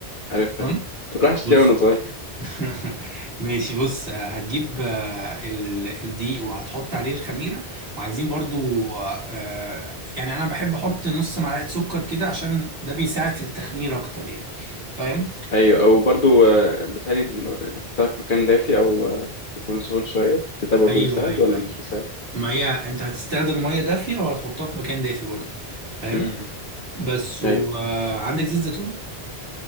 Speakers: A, on the left; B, on the right.
A: عارفها
B: تمام
A: دي كنت بروح اشتريها
B: بص
A: وانا صغير
B: <laughs> ماشي بص آه، هتجيب آه، ال- الدقيق وهتحط عليه الخميره وعايزين برضو آه، يعني انا بحب احط نص معلقه سكر كده عشان ده بيساعد في التخمير اكتر يعني فاهم
A: ايوه وبرضو آه، بتهيألي ن- نحطها في مكان دافي او آه، يكون سخن شويه ده برضو
B: ايوه
A: بيساعد
B: ايوه
A: ولا
B: ايوه
A: مش بيساعد
B: ما هي انت هتستخدم ميه دافيه وهتحطها في مكان دافي برضو فاهم
A: امم
B: بس وعندك
A: ايوه
B: زيت زيتون